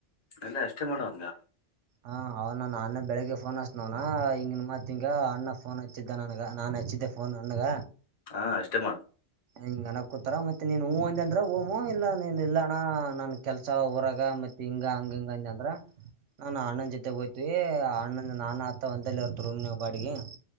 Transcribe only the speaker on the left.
ಎಲ್ಲ ಅಷ್ಟೇ ಮಾಡೋನಾ
ಹಾ ಅಷ್ಟೇ ಮಾಡು